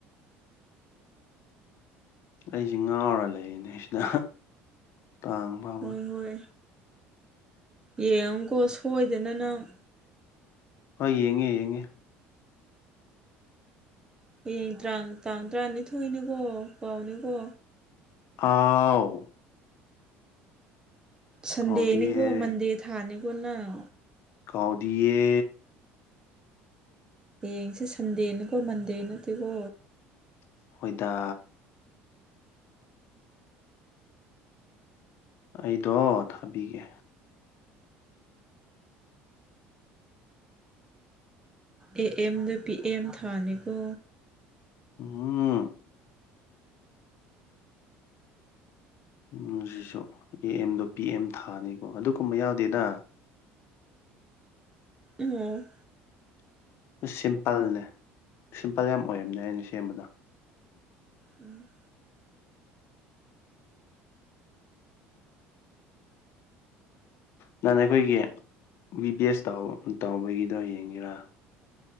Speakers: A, on the left (about 55°); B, on the right (about 15°).
A: ꯑꯩꯖꯤ ꯉꯥꯎꯔ ꯂꯩꯌꯦꯅꯦ ꯁꯤꯗ ꯇꯥꯡ ꯐꯥꯕ
B: ꯍꯣꯏ ꯍꯣꯏ ꯌꯦꯡꯉꯨꯀꯣ ꯁꯣꯏꯗꯅ ꯅꯪ
A: ꯍꯣꯏ ꯌꯦꯡꯉꯦ ꯌꯦꯡꯉꯦ
B: ꯍꯌꯦꯡ ꯇ꯭ꯔꯥꯡ ꯇꯥꯡ ꯇ꯭ꯔꯥꯅꯤꯊꯣꯏꯅꯤꯀꯣ ꯀꯥꯎꯅꯤꯀꯣ
A: ꯑꯥꯎ
B: ꯁꯟꯗꯦꯅꯤꯒꯣ
A: ꯀꯥꯎꯗꯤꯌꯦ
B: ꯃꯟꯗꯦ ꯊꯥꯅꯤꯒꯣ ꯅꯪ
A: ꯀꯥꯎꯗꯤꯌꯦ
B: ꯍꯌꯦꯡꯁꯦ ꯁꯟꯗꯦꯅꯤꯀꯣ ꯃꯟꯗꯦ ꯅꯠꯇꯦꯒꯣ
A: ꯍꯣꯢꯗꯥ ꯑꯩꯗꯣ ꯊꯥꯕꯤꯒꯦ
B: ꯑꯦ ꯑꯦ ꯑꯦꯝꯗ ꯄꯤ ꯑꯦꯝ ꯊꯥꯅꯤꯀꯣ
A: ꯎꯝ ꯎꯝ ꯖꯤꯖꯨ ꯑꯦ ꯑꯦꯝꯗꯣ ꯄꯤ ꯑꯦꯝ ꯊꯥꯅꯤꯒꯣ ꯑꯗꯨꯒꯨꯝꯕ ꯌꯥꯎꯗꯦꯗ꯫
B: ꯎꯝ
A: ꯑꯁ ꯌꯥꯝ ꯇꯜꯂꯦ ꯁꯤꯝꯄꯜ ꯌꯥꯝ ꯑꯣꯏꯕꯅꯦ ꯑꯩꯅ ꯁꯦꯝꯕꯗꯣ꯫
B: ꯎꯝ
A: ꯅꯍꯥꯟ ꯑꯩꯈꯣꯏꯒꯤ ꯕꯤ ꯄꯤ ꯑꯦꯁ ꯇꯧ ꯇꯧꯕꯒꯤꯗꯣ ꯌꯦꯡꯒꯦꯔꯥ